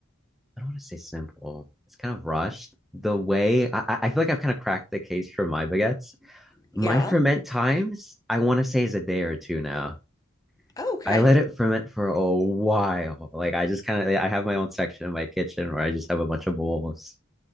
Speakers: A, in the centre; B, on the left.
A: I don't want to say simple. It's kind of rushed. The way I, I I feel like I've kind of cracked the case for my baguettes.
B: Yeah.
A: My ferment times, I want to say is a day or two now.
B: Oh, okay.
A: I let it ferment for a while. Like I just kind of I have my own section in my kitchen where I just have a bunch of bowls.